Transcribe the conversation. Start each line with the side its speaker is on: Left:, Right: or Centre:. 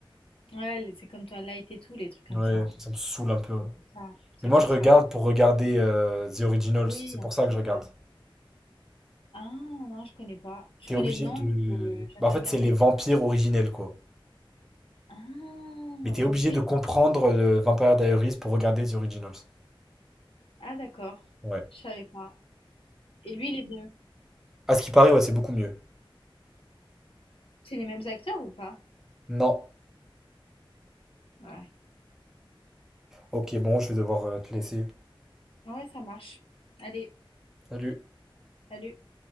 Left: Ouais, les- c'est comme toi, Light et tout, les trucs comme
Centre: Ouais,
Left: ça. hein.
Centre: ça me saoule un peu.
Left: C'est pour ça. C'est
Centre: Mais moi,
Left: pour
Centre: je regarde
Left: ça.
Centre: pour regarder euh, The Originals.
Left: Oui,
Centre: C'est pour
Left: un
Centre: ça
Left: truc.
Centre: que je regarde.
Left: euh, Ah non, je connais pas. Je
Centre: T'es
Left: connais
Centre: obligé
Left: de nom,
Centre: de.
Left: mais je jamais
Centre: Bah, en fait,
Left: regardé.
Centre: c'est les vampires originels, quoi.
Left: Ah,
Centre: Mais t'es
Left: ok.
Centre: obligé de comprendre euh, Vampire Diaries pour regarder The Originals.
Left: Ah d'accord.
Centre: Ouais.
Left: Je savais pas. Et lui, il est bien.
Centre: À ce qui paraît, ouais, c'est beaucoup mieux.
Left: C'est les mêmes acteurs ou pas?
Centre: Non.
Left: Ouais.
Centre: Ok, bon, je vais devoir euh, te laisser.
Left: Ouais, ça marche. Allez,
Centre: Salut.
Left: salut.